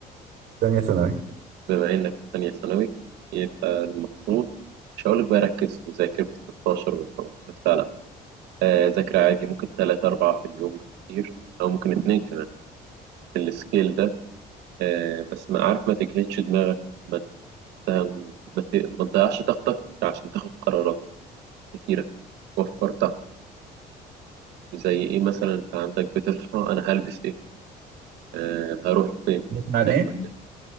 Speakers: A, on the right (about 65°); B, on the right (about 85°).
A: تانية ثانوي
B: بما إنك في ثانية ثانوي يبقى المفروض مش هقولك بقى ركز وذاكر بال 16 وال 18 ساعة لأ آه، ذاكر عادي ممكن تلاتة أربعة في اليوم بالكتير أو ممكن اتنين كمان في السكيل ده آه، بس ما عارف ما تجهدش دماغك ف- ما ت- ما تضيعش طاقتك عشان تاخد قرارات كتيرة وفر طاقة زي إيه مثلا أنت عندك بتصحى أنا هلبس إيه آه هروح فين
A: بتسمع عن
B: هاكل
A: ايه
B: إيه